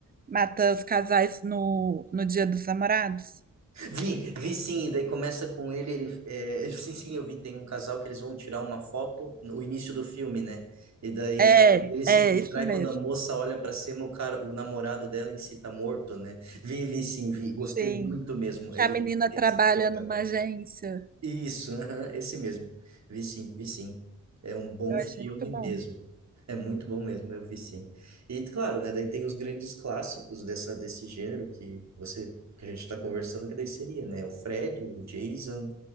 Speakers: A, on the right; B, on the right.
A: mata os casais no, no Dia dos Namorados.
B: Vi, vi sim, e daí começa com ele, ele é, sim, sim, eu vi, tem um casal que eles vão tirar uma foto no início do filme, né? E daí
A: É,
B: ele se
A: é
B: distrai
A: isso mesmo.
B: quando a moça olha pra cima, o cara, o namorado dela em si tá morto, né? Vi, vi sim, vi, gostei
A: Sim.
B: muito mesmo,
A: Que
B: ele
A: a menina
B: tem
A: trabalha
B: essa pegada.
A: numa agência.
B: Isso, aham, esse mesmo. Vi sim, vi sim. É um bom
A: Eu achei
B: filme
A: muito bom.
B: mesmo. É muito bom mesmo, eu vi sim. E claro, né, daí tem os grandes clássicos dessa, desse gênero que você que a gente está conversando, que daí seria, né? O Fred, o Jason,